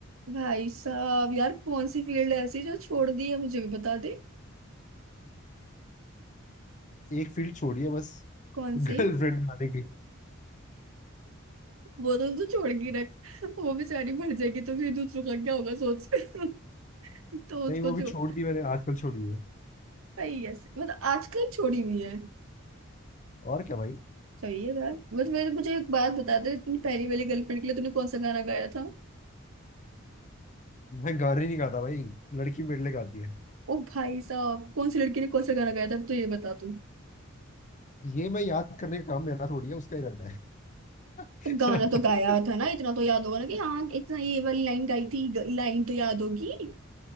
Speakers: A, on the right; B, on the left.
A: भाई साहब यार कौन सी फील्ड ऐसी जो छोड़ दी है मुझे भी बता दे
B: एक फील्ड छोड़ी है बस
A: कौन
B: <laughs> गर्लफ्रेंड
A: सी
B: बनाने की
A: वो तो तू छोड़ के रख वो बेचारी मर जाएगी तो फिर दूसरों का क्या होगा सोच <laughs> तो
B: नहीं
A: उसको
B: वो भी
A: छोड़
B: छोड़ दी मैंने आजकल छोड़ी है
A: सही है मतलब आजकल छोड़ी हुई है
B: और क्या भाई
A: सही है यार मतलब मेरे- मुझे एक बात बता दे अपनी पहली वाली गर्लफ्रेंड के लिए तूने कौन सा गाना गाया था
B: मैं गाने नहीं गाता भाई लड़की मेरे लिए गाती है
A: ओ भाई साहब कौन सी लड़की ने कौन सा गाना गाया था अब तो ये बता तू
B: ये मैं याद करने का काम मेरा थोड़ी है उसका ही रहता है
A: तो
B: <laughs>
A: गाना तो गाया था ना इतना तो याद होगा ना कि हाँ इतना ये वाली लाइन गाई थी लाइन तो याद होगी